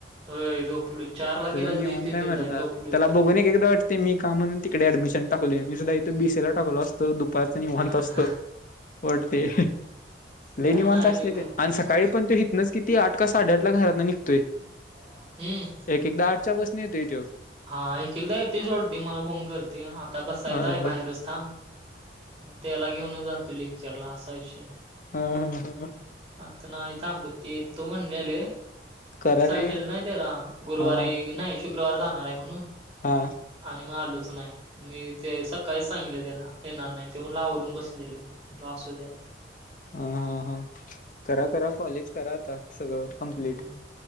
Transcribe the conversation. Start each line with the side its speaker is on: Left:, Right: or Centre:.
Right: होय झोपलोय चारला
Left: तझ
Right: गेला
Left: निऊनताय
Right: तरी ते तेच
Left: मरता
Right: आहे झोपलोय.
Left: त्याला बघ नाही का एकदा वाट. ते मी का म्हणून तिकडे ऍडमिशन टाकवले मी सुद्धा इथे बीसी ला टाकलो असतं दुपारच निवत
Right: हा हा
Left: असतो. पटते लेणी
Right: काय
Left: मानता
Right: नाही
Left: असले
Right: रे मग
Left: ते
Right: उपयोग
Left: आणि सकाळी पण तो. न किती आठ का साडेआठ ला घरातं निघतोय.
Right: हम्म.
Left: एक एकदा आठच्या बसणी होतोय त्यो
Right: हा एक एकदा येते सोडते मला फोन करते आता बसायचाय
Left: अ
Right: बाहेरच थांब. मग त्याला घेऊनच जातो लेक्चरला असा विषय.
Left: हा हा हा.
Right: आता नायथ आबत येतो म्हणलेले.
Left: करा
Right: मी सांगलेलं
Left: रे
Right: नाही त्याला गुरुवारी
Left: हा
Right: नाही शुक्रवार जाणार आहे म्हणून
Left: हा
Right: आणि मग नाही मी ते सकाळीच सांगले त्याला येणार ते मण लावरून बसलेलो. आसुद्यात.
Left: हा हा हा करा करा कॉलेज करा आता सगळं कंप्लीट
Right: हम्